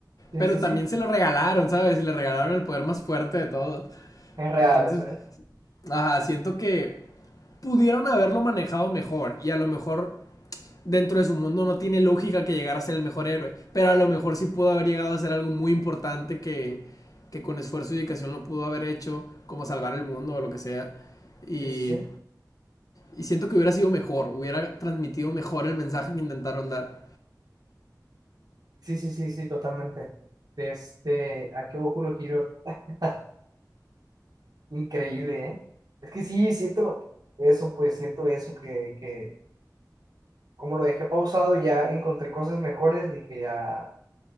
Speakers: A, on the right; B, on the left.
A: Sí,
B: pero
A: sí,
B: también
A: sí,
B: se lo regalaron, ¿sabes? Y le regalaron el poder más fuerte de todos.
A: es real
B: Entonces,
A: eso, ¿eh?
B: Ajá, siento que pudieron haberlo manejado mejor y a lo mejor dentro de su mundo no tiene lógica que llegara a ser el mejor héroe, pero a lo mejor sí pudo haber llegado a ser algo muy importante que, que con esfuerzo y dedicación lo pudo haber hecho, como salvar el mundo o lo que sea. Y,
A: Sí, sí, sí,
B: y siento que hubiera sido mejor, hubiera transmitido mejor el mensaje que intentaron dar.
A: sí, sí, sí, sí, totalmente. Este, ¿a qué Boku no Hero? <laughs> Increíble, ¿eh? Es que sí, siento eso, pues, siento eso, que, que como lo dejé pausado, ya encontré cosas mejores, dije ya.